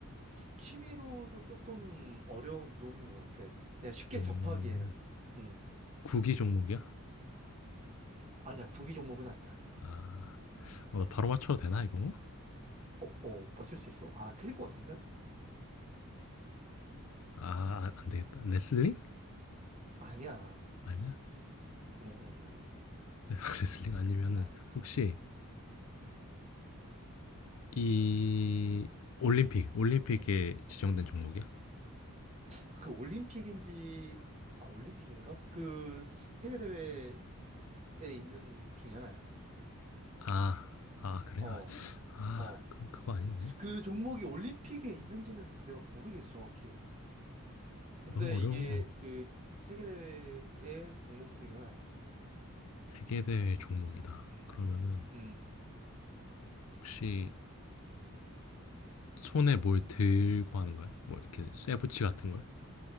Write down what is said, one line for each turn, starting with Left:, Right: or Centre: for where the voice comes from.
Right: 취미로도 조금 어려운 운동인 것 같아. 그냥 쉽게
Left: 음.
Right: 접하기에는. 음.
Left: 구기 종목이야?
Right: 아니야, 구기 종목은 아니야.
Left: 아. 어, 나 바로 맞춰도 되나 이거?
Right: 어, 어, 맞출 수 있어? 아, 틀릴 것 같은데?
Left: 아 아, 안 되겠다. 레슬링?
Right: 아니야.
Left: 아니야?
Right: 응, 응, 응.
Left: <laughs> 레슬링 아니면은
Right: 아니야.
Left: 혹시
Right: 음.
Left: 이 올림픽, 올림픽에 지정된 종목이야?
Right: 그 올림픽인지, 아, 올림픽인가? 그 세계대회에 있는 중에 하나야.
Left: 아, 아 그래?
Right: 어,
Left: 아, 아
Right: 어.
Left: 그럼 그거 아닌데?
Right: 그 종목이 올림픽에 있는지는 내가 모르겠어, 정확히. 근데
Left: 너무 어려운
Right: 이게
Left: 어.
Right: 그 세계대회의 종목 중에 하나야.
Left: 세계대회 종목이다.
Right: 음.
Left: 그러면은
Right: 음.
Left: 혹시 손에 뭘 들고 하는 거야? 뭐 이렇게 쇠붙이 같은 걸?